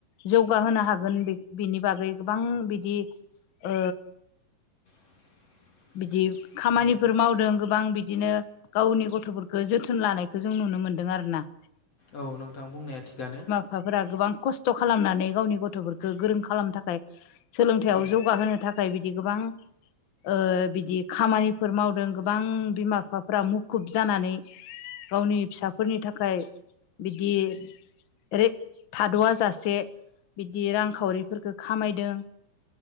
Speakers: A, on the left; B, on the left.
A: जौगाहोनो हागोन बिनि बागै गोबां बिदि ओ
B: <inaudible>
A: बिदि खामानिफोर
B: नंगौ
A: मावदों गोबां बिदिनो गावनि गथ'फोरखौ जोथोन लानायखौ जों नुनो मोन्दों आरो ना
B: औ नोंथां बुंनाया थिगानो
A: बिफाफोरा गोबां खस्थ' खालामनानै गावनि गथ'फोरखौ गोरों खालामनो थाखाय सोलोंथायाइयाव
B: औ
A: जौगाहोनो थाखाय बिदि गोबां ओ बिदि खामानिफोर मावदों गोबां बिमा बिफाफ्रा मुखुब जानानै गावनि फिसाफोरनि थाखाय बिदि ओरै थाद'व जासे बिदि रांखावरिफोरखौ खामायदों